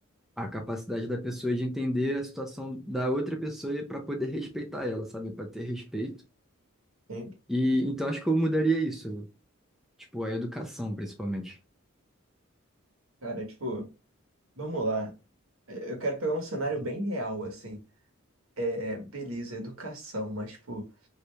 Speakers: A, in the centre; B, on the right.
A: a capacidade da pessoa de entender a situação da outra pessoa para poder respeitar ela, sabe? Para ter respeito.
B: Hein?
A: E então acho que eu mudaria isso, tipo, a educação, principalmente.
B: Cara, tipo, vamos lá. É, Eu quero pegar um cenário bem real, assim. É, beleza, educação, mas, tipo,